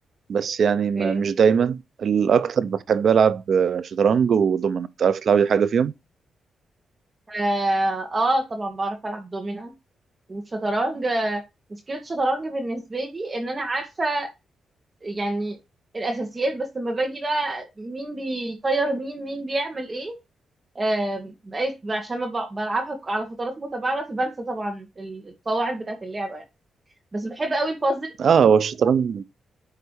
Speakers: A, on the right; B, on the right.
A: بس يعني
B: اوكي
A: ما مش دايما الاكتر بحب العب آه، شطرنج ودومنه بتعرف تلعبي حاجه فيهم
B: اه آه، طبعا بعرف العب دومينة والشطرنج آه، مشكلة الشطرنج بالنسبة لي ان انا عارفة يعني الاساسيات بس لما باجي بقى مين بيطير مين مين بيعمل ايه آم، بقيت عشان ما ب- بلعبها على فترات متباعدة فبنسى طبعا القواعد بتاعة اللعبة يعني بس بحب قوي البازل
A: اه هو الشطرنج